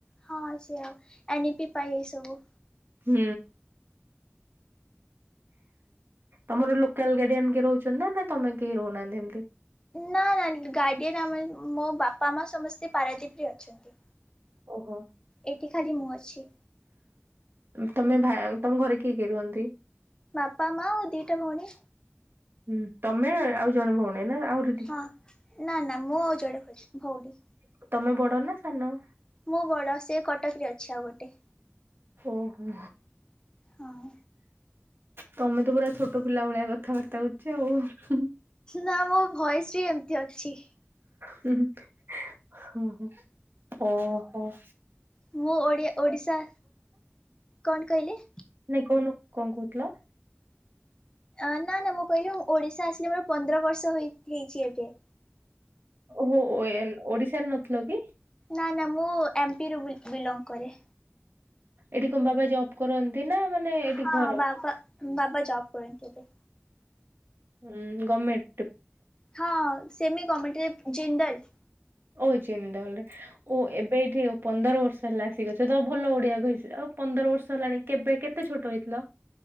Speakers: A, on the left; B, on the right.
A: ହଁ ସେ ୟା ଏନ ଇ ପି ପାଇ ଏ ସବୁ।
B: ହୁଁ। ତମର ଲୋକାଲ ଗାଡିଆନ କିଏ ରହୁଛନ୍ତି ନା ନା ତମେ କେହି ରହୁନାହାନ୍ତି ହେମିତି?
A: ନା ନା ଗାର୍ଡିଆନ ଆମର ମୋ ବାପା ମା ସମସ୍ତେ ପାରାଦୀପରେ ଅଛନ୍ତି।
B: ଓହୋ।
A: ଏଇଠି ଖାଲି ମୁଁ ଅଛି।
B: ତମେ ଭା ତମ ଘରେ କିଏ କିଏ ରୁହନ୍ତି?
A: ବାପା ମା ଓ ଦିଇଟା ଭଉଣୀ।
B: ହୁଁ ତମେ ଆଉ ଜଣେ ଭଉଣୀ ନା ଆଉ
A: ହଁ ନା ନା ମୁଁ ଆଉ ଜଣେ ଖାଲି ଭଉଣୀ।
B: ତମେ ବଡ ନା ସାନ।
A: ମୁଁ ବଡ ସେ କଟକ ରେ ଅଛି ଆଉ ଗୋଟେ।
B: ଓ ହୋ।
A: ହଁ
B: ତମେ ତ ପୁରା ଛୋଟ ପିଲା ଭଳିଆ କଥାବାର୍ତ୍ତା କରୁଛ ଆଉ ହୁଁ ହୁଁ।
A: ନା ମୋ ଭଏସ ବି ଏମିତି ଅଛି।
B: ହୁଁ ହୁଁ ଓହୋ ହ ହ।
A: ମୁଁ ଓଡ଼ିଆ ଓଡିଶା କଣ କହିଲେ?
B: ନାଇ କହୁନ କଁ କହୁଥିଲ?
A: ଅଁ ନା ନା ମୁଁ କହିଲି ମୁଁ ଓଡିଶା ଆସିଲେ ମୋର ପନ୍ଦର ବର୍ଷ ହୋଇ ହେଇଚି ଏବେ।
B: ଓହୋ ଓ ଏଲ ଓଡିଶାରେ ନଥିଲ କି?
A: ନା ନା ମୁଁ ଏମ ପି ରୁ ବି ବିଲଙ୍ଗ କରେ।
B: ଏଠି କଣ ବାବା ଜବ୍ କର ନ୍ତି ନା ମାନେ ଏଠି
A: ହଁ
B: ଘର?
A: ବାବା ବାବା ଜବ କରନ୍ତି ଏବେ।
B: ହୁଁ ଗୋଭମେଣ୍ଟ
A: ହଁ ସେମି ଗମେଣ୍ଟ ଏପ ଜିନ୍ଦଲ।
B: ଓ ଜିନ୍ଦଲ ରେ। ଓ ଏବେ ଏଇଠି ପନ୍ଦର ବର୍ଷ ହେଲା ଆସିକି ଅଛ ତ ଭଲ ଓଡିଆ କହି ସ ଆଉ ପନ୍ଦର ବର୍ଷ ହେଲାଣି। କେବେ କେତେ ଛୋଟ ହେଇଥିଲ?